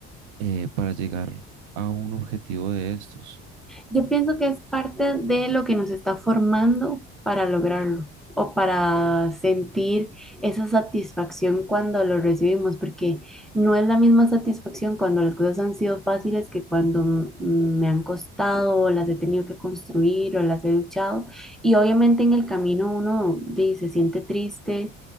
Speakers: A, on the right; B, in the centre.
A: eh, para llegar a un objetivo de estos?
B: Yo pienso que es parte de lo que nos está formando para lograrlo o para sentir esa satisfacción cuando lo recibimos, porque no es la misma satisfacción cuando las cosas han sido fáciles que cuando m- me han costado o las he tenido que construir o las he luchado. Y obviamente en el camino uno di, se siente triste,